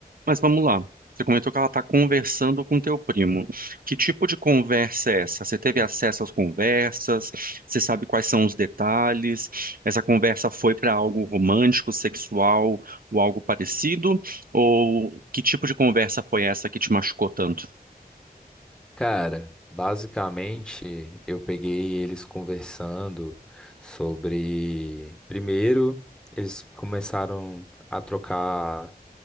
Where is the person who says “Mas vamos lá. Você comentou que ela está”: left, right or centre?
Right